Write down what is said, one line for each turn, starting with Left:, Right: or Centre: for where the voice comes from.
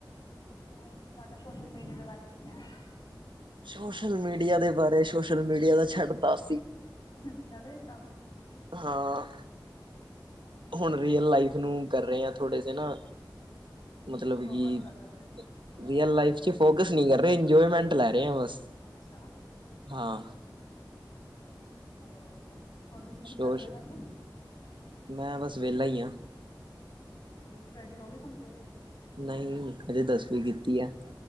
Left: ਹੋਰ ਤੁਹਾਡਾ ਸੋਸ਼ਲ- ਮੀਡੀਆ ਦੇ ਬਾਰੇ ਕੀ ਕਹਿਣਾ?
Right: ਸੋਸ਼ਲ- ਮੀਡੀਆ ਦੇ ਬਾਰੇ, ਸੋਸ਼ਲ- ਮੀਡੀਆ ਦਾ ਛੱਡਤਾ ਸੀ।
Left: ਹੈਂ ਛੱਡ ਤਾ
Right: ਹਾਂ
Left: ਅੱਛਾ
Right: ਹੁਣ
Left: ਜੀ।
Right: ਰੀਅਲ ਲਾਈਫ ਨੂੰ ਕਰ ਰਹੇ ਹ ਥੋੜੇ ਜ ਨਾ
Left: ਹਮ
Right: ਮਤਲਬ
Left: ਫੋਕਸ
Right: ਕਿ
Left: ਕਰ ਲੋ ਤੇ ਤੇ
Right: ਰੀਅਲ ਲਾਈਫ ਚ ਫੋਕਸ ਨ ਕਰ ਰਹੇ ਇੰਜੋਏਮੈਂਟ ਲੈ ਰਹੇ ਆ ਬਸ।
Left: ਅੱਛਾ
Right: ਹਾਂ
Left: ਚਲ ਵਧੀਆ। ਹੋਰ ਤੁਸੀਂ ਕੀ
Right: ਸ਼ੋਸ਼
Left: ਕਰ ਰਹੇ ਹੋ ਵੈਸੇ?
Right: ਮੈਂ ਬਸ ਵੇਹਲਾ ਹੀ ਹਾਂ।
Left: ਮਤਲਬ ਸਟੱਡੀ ਹੋ ਗਈ ਕੰਪਲੀਟ।
Right: ਨਹੀਂ ਹਜੇ ਦਸਵੀਂ ਕੀਤੀ ਹੈ